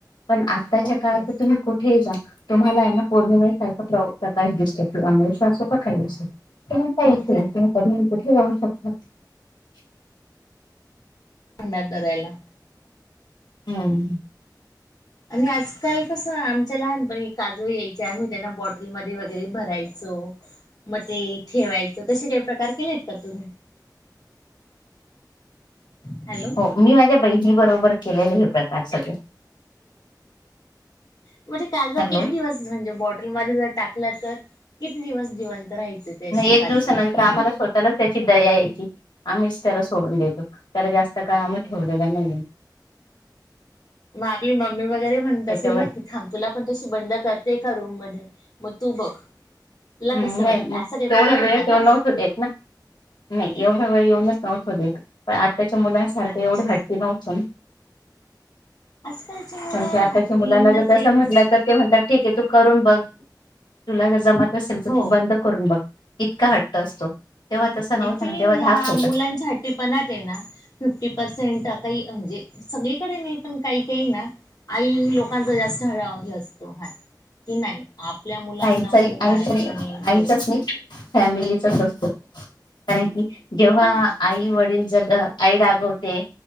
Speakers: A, on the left; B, on the left.
A: पण आत्ताच्या
B: ओके
A: काळात त तुम्ही कुठेही जा तुम्हाला मग पौर्णिमा सारखा प्र प्रकाश दिसतो त आमोशा असो का काही असो. तुम्हाला काय
B: हो
A: इश्यु
B: ते
A: आहे? तुम्ही कधीही कुठेही जाऊ शकता.
B: <unintelligible>
A: हम्म.
B: आणि आजकाल कसं, आमच्या लहानपणी काजवे यायचे आम्ही त्यांना बॉटलमध्ये वगैरे भरायचो. मग ते ठेवायचं तसे काही प्रकार केलेत का तुम्ही? <inaudible> हॅलो
A: हो मी माझ्या बहिणी बरोबर केलेले हे प्रकार सगळे.
B: म्हणजे काजवा
A: हॅलो
B: किती दिवस? म्हणजे बॉटलमध्ये जर टाकला तर किती दिवस जिवंत राहायचे ते असे
A: नाही एक
B: काजवे
A: दिवसानंतर आम्हाला स्वतःलाच त्याची दया यायची. आम्हीच त्याला सोडून देतो, त्याला जास्त काळ आम्ही ठेवलेला नाहीे.
B: म आपली मम्मी वगैरे म्हणत
A: त्याच्यावर
B: असेल ना, की थांब तुला पण तशी बंद करते एका रूम मध्ये. मगं तू बघ. तुला
A: हम्म
B: कसं
A: नाही
B: वाटतं
A: मग
B: असा काही
A: तेवढा
B: प्रकार होता
A: वेळ तेव
B: का
A: नव्हत देत ना. नाही एवढा वेळ येऊनच नव्हतं देत पण आत्ताच्या मुलांसारखं
B: अच्छा
A: एवढी हट्टी नव्हतो न
B: आजकालची मुलं
A: आताच्या
B: हट्टी
A: मुलांना
B: इन द
A: जर
B: सेन्स
A: तसं म्हटलं तर ते म्हणतात ठीक आहे तू करून बघ तुला जर जमत नसेल तर,
B: हो
A: तू बंद करून बघ. इतका हट्ट असतो. तेव्हा तसा नव्हता
B: ॲक्च्युली
A: ना तेव्हा
B: ह्या
A: धाक होता
B: मुलांच्या हट्टीपणात आहे ना फिफ्टी पर्सेंट काही म्हणजे सगळीकडे नाही पण काही ते ना आई लोकांचा जास्त हळ हे असतो हाट की नाही. आपल्या मुलांना
A: आईचा
B: कोणी
A: <unintelligible>
B: मारायचं नाही
A: आईचाच
B: बोलायचं
A: नाही फॅमिली चाच असतो कारण की जेव्हा
B: पण
A: आई वडील जर आई रागवते